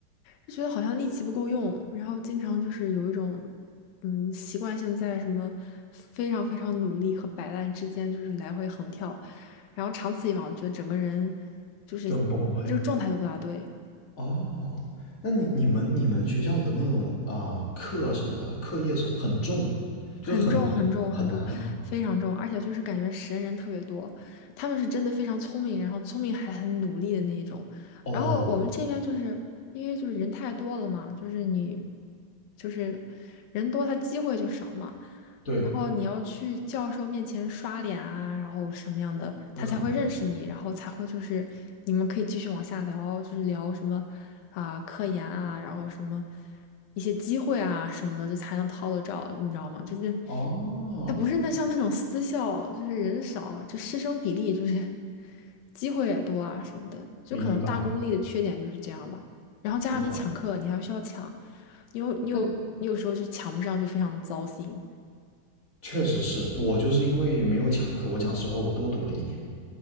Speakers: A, on the left; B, on the left.
A: 就觉得好像力气不够用，然后经常就是有一种嗯习惯性在什么非常非常努力和摆烂之间就是来回横跳，然后长此以往，觉得整个人就是
B: 就很崩溃。
A: 这个状态都不大对。
B: 哦，那你你们你们学校的那种啊、呃课什么的，课业上很重吗？就是很难很难吗？
A: 很重很重很重，非常重，而且就是感觉神人特别多，他们是真的非常聪明，然后聪明还很努力的那一种。
B: 哦，
A: 然后我们这边就是因为就是人太多了嘛，就是你就是人多，他机会就少嘛。
B: 对，
A: 然后你要去教授面前刷脸啊，然后什么样的，他才会认识你，
B: 也很难。
A: 然后才会就是你们可以继续往下聊，就是聊什么啊、科研啊，然后什么一些机会啊什么的，就才能套得着，你知道吗？就是
B: 哦，
A: 他不是那像那种私校，就是人少，就师生比例就是机会也多啊什么的，就可能大公立的缺点就是这样吧。
B: 明白
A: 然后加上你抢课，
B: 明白。
A: 你还需要抢，你有你有你有时候就抢不上，
B: 那
A: 就非常糟心。
B: 确实是我就是因为没有抢课，我讲实话，我多读了一年。